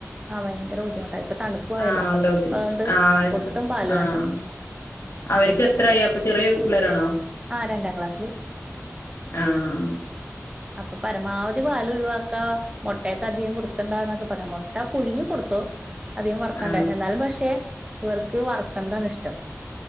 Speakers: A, on the right (about 20°); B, on the left (about 60°).
A: ആഹ് ഭയങ്കര ബുദ്ധിമുട്ടാ ഇപ്പൊ തണുപ്പുമായല്ലോ
B: ആഹ് <unintelligible>
A: അപ്പൊ അതുകൊണ്ട്
B: ആഹ്
A: ഒട്ടും പാല്
B: ആഹ്
A: വേണ്ട
B: അവർക്ക് എത്ര ആയി അപ്പ ചെറിയ ഉള്ളവരാണോ?
A: ആഹ് രണ്ടാം ക്ലാസ്സില്
B: ആഹ്
A: അപ്പ പരമാവധി പാൽ ഒഴിവാക്ക മുട്ടയൊക്കെ അധികം കൊടുക്കണ്ടന്നൊക്കെ പറഞ്ഞു മുട്ട പുഴുങ്ങി കൊടുത്തു. അധികം വർക്കണ്ടേ
B: ആ
A: എന്നാലും പക്ഷേ ഇവർക്ക് വറക്കേണ്ടതാണ് ഇഷ്ടം.